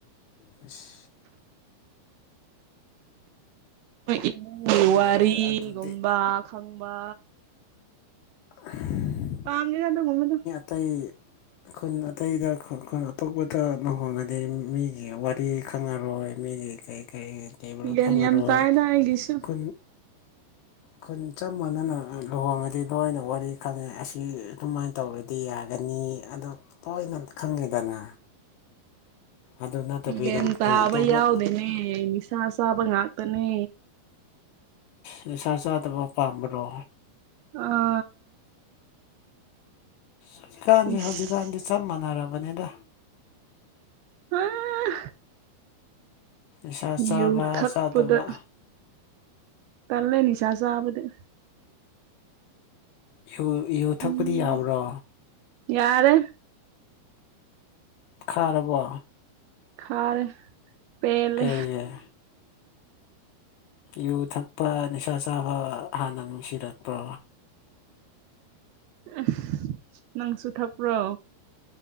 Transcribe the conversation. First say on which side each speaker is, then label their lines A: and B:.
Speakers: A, on the left; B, on the right.
A: ꯏꯁ
B: ꯅꯣꯏ ꯏꯃꯨꯡꯒꯤ
A: ꯈꯪꯗꯔꯦ
B: ꯋꯥꯔꯤꯒꯨꯝꯕ
A: ꯑꯗꯨꯗꯤ
B: ꯈꯪꯕ
A: ꯎꯝ
B: ꯄꯥꯝꯗꯦꯗ ꯑꯗꯨꯒꯨꯝꯕꯗꯣ
A: ꯑꯇꯩ ꯈꯨꯟ ꯑꯇꯩꯗ ꯈꯨꯟ ꯑꯇꯣꯞꯄꯗ ꯂꯨꯍꯣꯡꯉꯗꯤ ꯃꯤꯒꯤ ꯋꯥꯔꯤ ꯈꯪꯉꯔꯣꯏ ꯃꯤꯒꯤ ꯀꯔꯤ ꯀꯔꯤ ꯂꯩꯕ꯭ꯔ
B: ꯒ꯭ꯌꯥꯟ
A: ꯈꯪꯉꯔꯣꯏ
B: ꯌꯥꯝ ꯇꯥꯏꯗ ꯑꯩꯒꯤꯁꯨ
A: ꯈꯨꯟ ꯈꯨꯟ ꯆꯞ ꯃꯥꯟꯅꯅ ꯂꯨꯍꯣꯡꯉꯗꯤ ꯂꯣꯏꯅ ꯋꯥꯔꯤ ꯈꯪꯉꯦ ꯑꯁꯤ ꯑꯗꯨꯃꯥꯏꯅ ꯇꯧꯋꯦ ꯗꯤ ꯌꯥꯒꯅꯤ ꯑꯗꯨ ꯂꯣꯏꯅ ꯈꯪꯉꯤꯗꯅ ꯑꯗꯨ ꯅꯠꯇꯕꯤꯗ
B: ꯒꯌ꯭ꯥꯟ ꯇꯥꯕ
A: ꯈꯨꯟ ꯑꯇꯣꯞꯄ
B: ꯌꯥꯎꯗꯦꯅꯦ ꯅꯤꯁꯥ ꯆꯥꯕ ꯉꯥꯛꯇꯅꯦ
A: ꯅꯤꯁꯥ ꯆꯥꯗꯕ ꯄꯥꯝꯕꯔꯣ
B: ꯑꯣ
A: ꯍꯧꯖꯤꯛꯀꯥꯟꯁꯦ
B: ꯏꯁ
A: ꯍꯧꯖꯤꯛꯀꯥꯟꯗꯤ ꯆꯞ ꯃꯥꯟꯅꯔꯕꯅꯤꯗ
B: ꯑꯥ
A: ꯅꯤꯁꯥ ꯆꯥꯕ
B: ꯌꯨ ꯊꯛꯄꯗ
A: ꯆꯥꯗꯕ
B: ꯇꯜꯂꯦ ꯅꯤꯁꯥ ꯆꯥꯕꯗꯤ
A: ꯌꯨ ꯌꯨ ꯊꯛꯄꯗꯤ
B: ꯎꯝ
A: ꯌꯥꯕ꯭ꯔꯣ
B: ꯌꯥꯔꯦ
A: ꯈꯥꯔꯕꯣ
B: ꯈꯥꯔꯦ ꯄꯦꯂꯦ
A: ꯀꯩꯒꯤ ꯌꯨ ꯊꯛꯄ ꯅꯤꯁꯥ ꯆꯥꯕ ꯍꯥꯟꯅ ꯅꯨꯡꯁꯤꯔꯛꯄ
B: ꯑꯪꯈ ꯅꯪꯁꯨ ꯊꯛꯄ꯭ꯔꯣ